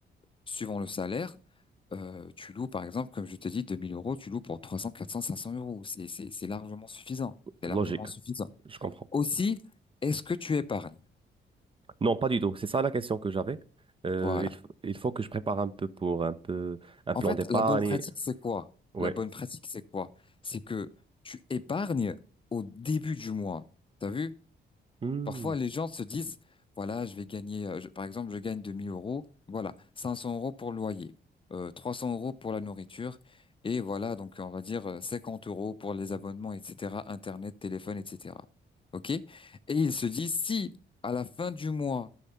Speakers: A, on the left (about 25°); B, on the right (about 30°).
A: suivant le salaire, euh, tu loues par exemple, comme je t'ai dit, 2000 euros, tu loues pour 300, 400, 500 euros. C'est, c'est, c'est largement suffisant. C'est
B: logique.
A: largement suffisant.
B: Je comprends.
A: Aussi, est-ce que tu épargnes?
B: Non, pas du tout. C'est ça la question que j'avais. Euh,
A: Voilà.
B: il, f- il faut que je prépare un peu pour un peu un
A: En
B: plan
A: fait,
B: d'épargne.
A: la bonne pratique, c'est quoi?
B: Oui.
A: La bonne pratique, c'est quoi? C'est que tu épargnes au début du mois. T'as vu?
B: Hmm,
A: Parfois, les gens se disent, voilà, je vais gagner, euh, je- par exemple, je gagne 2000 euros, voilà, 500 euros pour le loyer, euh, 300 euros pour la nourriture, et voilà, donc on va dire euh, 50 euros pour les abonnements, etc., Internet, téléphone, etc. OK? Et ils se disent, si à la fin du mois,